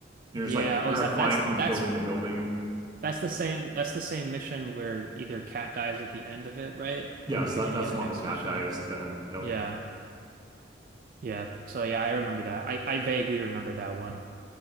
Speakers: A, on the right; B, on the right.
A: Yeah.
B: You're just like
A: Oh,
B: you're
A: is
B: like
A: that
B: flying
A: that's
B: from
A: that's
B: building to building.
A: that's the same that's the same mission where either Cat dies at the end of it, right?
B: Yes,
A: Or the beginning
B: that that's
A: of
B: the
A: the next
B: one where Cat
A: mission.
B: dies at the end. Yep.
A: Yeah. Yeah. So yeah, I remember that. I I vaguely remember that one.